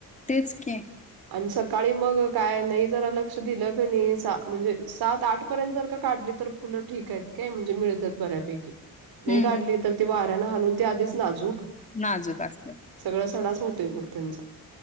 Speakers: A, on the left; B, on the right.
A: तेचक
B: आणि सकाळी मग काय नाही जरा लक्ष दिलं म्हणजे सात आठ पर्यंत जर का काढली तर फुलं ठीक आहे काय म्हणजे मिळतात बऱ्यापैकी
A: हम्म
B: नाही काढली
A: हम्म
B: तर ते वाऱ्याने हालून ते आधीच नाजूक
A: नाजूक असत
B: सगळं सडाच होतोय मग त्यांचा